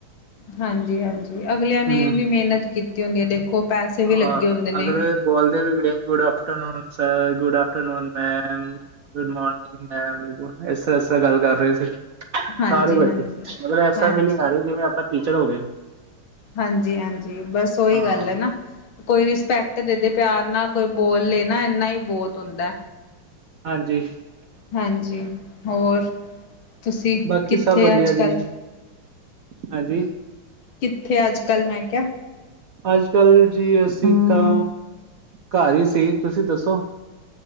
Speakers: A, on the left; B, on the right.
A: ਹਾਂਜੀ- ਹਾਂਜੀ ਅਗਲਿਆਂ ਨੇ
B: ਹੂੰ।
A: ਵੀ ਮਿਹਨਤ ਕੀਤੀ ਹੁੰਦੀ ਹੈ, ਦੇਖੋ ਪੈਸੇ ਵੀ
B: ਅ
A: ਲੱਗੇ ਹੁੰਦੇ ਨੇ।
B: ਅਗਲੇ ਬੋਲਦੇ ਨੇ ਫੇਰ good afternoon sir, good afternoon ma'am. Good morning ma'am, ਇਸ ਤਰ੍ਹਾਂ, ਇਸ ਤਰ੍ਹਾਂ ਗੱਲ ਕਰ ਰਹੇ ਸੀ। ਸਾਰੇ
A: ਹਾਂਜੀ
B: ਬੱਚੇ
A: ਹਾਂਜੀ
B: ਮਤਲਬ ਐਸਾ
A: ਹਾਂਜੀ
B: ਫੀਲਿੰਗ ਆ ਰਹੀ ਜਿਵੇਂ ਆਪਾਂ ਟੀਚਰ ਹੋ ਗਏ।
A: ਹਾਂਜੀ- ਹਾਂਜੀ ਬਸ ਉਓਹੀ
B: ਹਾਂ,
A: ਗੱਲ ਹੈ ਨਾ। ਕੋਈ ਰਿਸਪੈਕਟ ਦੇ ਪਿਆਰ ਨਾਲ ਕੋਈ ਬੋਲ ਲੇ ਨਾ, ਇੰਨਾ ਹੀ ਬਹੁਤ ਹੁੰਦਾ ਐ।
B: ਹਾਂਜੀ।
A: ਹਾਂਜੀ, ਹੋਰ ਤੁਸੀਂ
B: ਬਾਕੀ
A: ਕਿੱਥੇ
B: ਸਭ ਵਧੀਆ
A: ਆ ਅੱਜ
B: ਜੀ
A: ਕੱਲ੍ਹ?
B: ਹਾਂਜੀ।
A: ਕਿੱਥੇ ਆ ਅੱਜ- ਕੱਲ੍ਹ ਮੈਂ ਕਿਹਾ।
B: ਅੱਜ ਕੱਲ ਜੀ ਅਸੀਂ ਤਾਂ ਘਰ ਹੀ ਸੀ, ਤੁਸੀਂ ਦੱਸੋ?